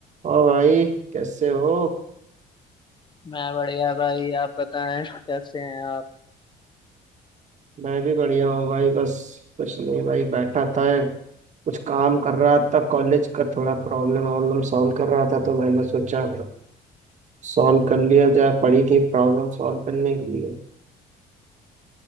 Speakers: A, on the right; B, on the left.
A: और भाई कैसे हो
B: मैं बढ़िया भाई आप बताएं कैसे हैं आप
A: मैं भी बढ़िया हूँ भाई बस कुछ नहीं भाई बैठा था कुछ काम कर रहा था कॉलेज का थोड़ा प्रॉब्लम वॉब्लम सॉल्व कर रहा था तो मैंने सोचा सॉल्व कर लिया जाए पड़ी थी प्रॉब्लम सॉल्व करने के लिए